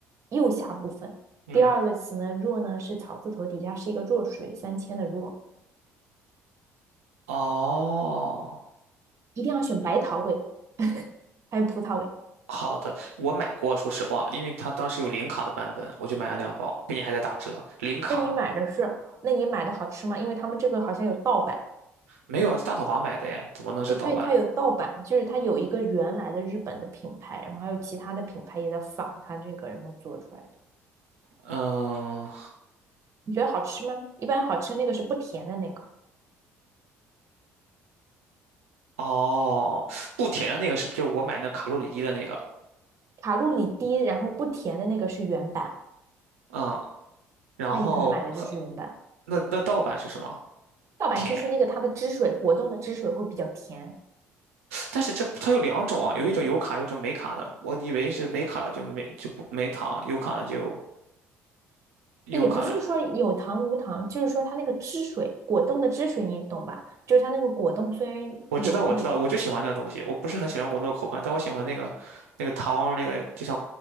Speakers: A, on the right; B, on the right.
A: 右下部分，
B: 嗯。
A: 第二个词呢若呢是草字头底下是一个弱水三千的弱。
B: 哦，
A: 一定要选白桃味 <laughs>，还有葡萄味。
B: 好的，我买过，说实话，因为它当时有零卡的版本，我就买了两包，并且还在打折。零卡
A: 那你买的是，那你买的好吃吗？因为他们这个好像有盗版。
B: 没有啊，在大统华买的耶，怎么能是盗版？
A: 哎，对，它有盗版，就是它有一个原来的日本的品牌，然后还有其他的品牌也在仿它这个，然后做出来的。
B: 嗯，
A: 你觉得好吃吗？一般好吃那个是不甜的那个，
B: 哦，不甜的那个是不是就是我买那卡路里低的那个？
A: 卡路里低，然后不甜的那个是原版，
B: 嗯，然后
A: 那你可能买的就是原版。
B: 那那盗版是什么？
A: 盗版就是那个它的汁水，
B: 甜，
A: 果冻的汁水会比较甜，
B: 但是这它有两种啊，有一种有卡，有一种没卡的。我以为是没卡的就没就不没糖，有卡的就有卡，
A: 也不是说有糖无糖，
B: 的。
A: 就是说它那个汁水，果冻的汁水，你懂吧？就是它那个果冻虽然有那个，
B: 我知道，我知道，我就喜欢那个东西。我不是很喜欢果冻的口感，但我喜欢那个那个糖，那个就像